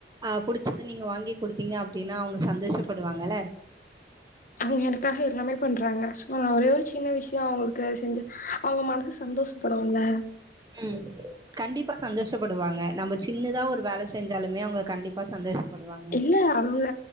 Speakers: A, on the right; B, on the left.
A: அ புடிச்சத நீங்க வாங்கி குடுத்தீங்க அப்டின்னா அவுங்க சந்தோஷப்படுவாங்கல்ல
B: அவுங்க எனக்காக எல்லாமே பண்றாங்க சோ நா ஒரே ஒரு சின்ன விஷ்யோ அவுங்களுக்கு செஞ்சு அவங்க மனசு சந்தோஷப்படுவாங்க
A: ம் கண்டிப்பா சந்தோஷப்படுவாங்க நம்ம சின்னதா ஒரு வேல செஞ்சாலுமே அவங்க கண்டிப்பா சந்தோஷப்படுவாங்க
B: இல்ல அவுங்க